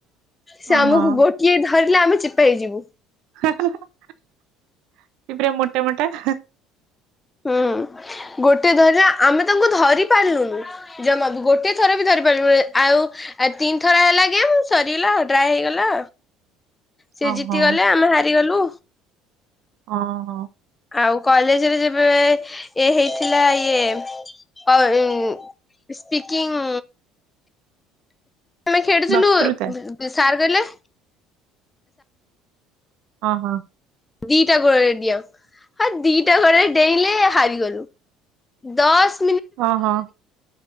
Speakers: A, on the left (about 20°); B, on the right (about 65°).
A: ସେ
B: ଓହୋ
A: ଆମକୁ ଗୋଟିଏ ଧରିଲେ ଆମେ ଚିପା ହେଇଯିବୁ।
B: ହୁଁ ହୁଁ ହୁଁ। ପୁରା ମୋଟା ମୋଟା
A: ହୁଁ ଗୋଟେ ଧର ଆମେ ତାଙ୍କୁ ଧରି ପାରିଲୁନୁ ଜମା ଗୋଟେ ଥର ବି ଧର ଆଉ ତିନି ଥର ହେଲା ଗ ସରିଗଲା ଡ୍ରାଏ ହେଇଗଲା। ସେ
B: ଓହୋ
A: ଜିତିଗଲେ ଆମେ ହାରିଗଲୁ।
B: ହଁ ହଁ।
A: ଆଉ କଲେଜରେ ଯେବେ ଇ ହେଇଥିଲା ଇଏ ସ୍ପିକିଂ ଆମେ ଖେଳିୁଥିଲୁ
B: ବକ୍ତୃତା
A: ସାରା ଆଲେ
B: ହଁ ହଁ
A: ଦିଟା ଗୋଡ଼ରେ ଡିଅ ଆଉ ଦିଟା ଗୋଡ଼ରେ ଡେଇଁଲେ ହାରିଗଲୁ ଦଶ
B: ହ ହଁ